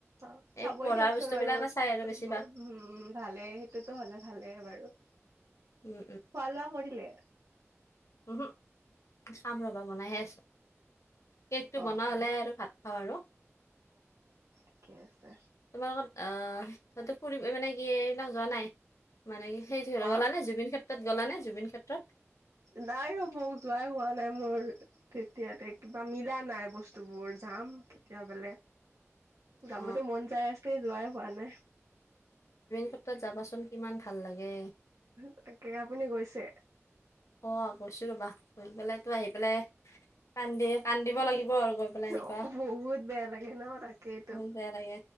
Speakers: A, on the right (about 85°); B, on the left (about 75°).
A: অ
B: এই
A: চাবই
B: পঢ়া
A: দিয়কচোন
B: বস্তু
A: আৰু
B: বিলাকে চাই
A: কি
B: আৰু বেছিভাগ
A: কৰ উম ভালে সেইটোতো হ'লে ভালেই বাৰু
B: উম
A: পালা পনিলে
B: উ চাম ৰবা বনাইহে আছো কেকটো
A: অ',
B: বনা
A: অ'।
B: হ'লে আৰু ভাত খাওঁ আৰু
A: িকে আছে
B: তোমাৰ লগত আহ হয়তো ফুৰিব মানে কি এইবিলাক যোৱা নাই মানে সেই
A: হা?
B: গ'লানে জুবিন ক্ষেত্ৰত গ'লানে জুবিন ক্ষেত্ৰত
A: নাই ৰব যোৱাই হোৱা নাই মোৰ তেতিয়াতে কিবা মিলা নাই বস্তুবোৰ যাম কেতিয় বলে যাবতো
B: অ
A: মন যাই আছে যোৱাই হোৱা নাই
B: টত যাবাচোন কিমান ভাল লাগে
A: তাকে আপুনি গৈছে
B: অ কৈছো ৰবা গৈ পেলাই তো আহি পেলাই কান্দি কান্দিব লাগিব আৰু গৈ পেলাই এনেকুৱা
A: অ বহুত বেয়া লাগে ন তাকেইতো
B: বহুত বেয়া লাগে